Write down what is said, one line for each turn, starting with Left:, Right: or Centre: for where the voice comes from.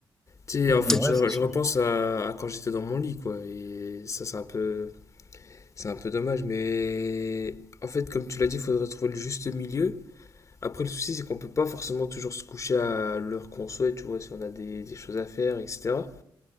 Left: Tu
Centre: Mhm.
Left: sais, en fait, je,
Centre: Ouais, c'est sûr.
Left: je repense à, à quand j'étais dans mon lit, quoi, et ça, c'est un peu... C'est un peu dommage, mais... En fait, comme tu l'as dit, il faudrait trouver le juste milieu. Après, le souci, c'est qu'on peut pas forcément toujours se coucher à l'heure qu'on souhaite, tu vois, si on a des, des choses à faire, etc.